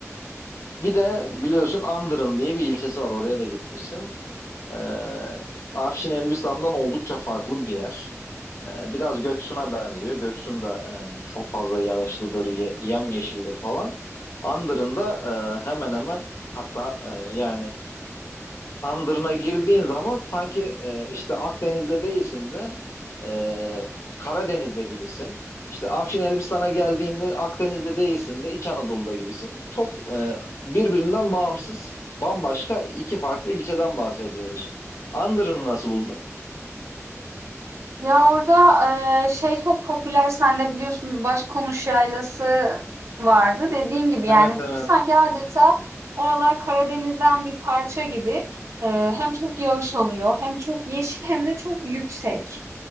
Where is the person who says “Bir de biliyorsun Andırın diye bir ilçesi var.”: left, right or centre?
Left